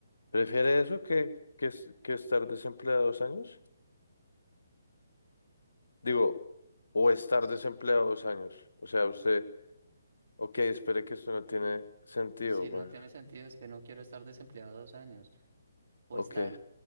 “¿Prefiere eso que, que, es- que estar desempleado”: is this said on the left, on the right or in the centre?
Left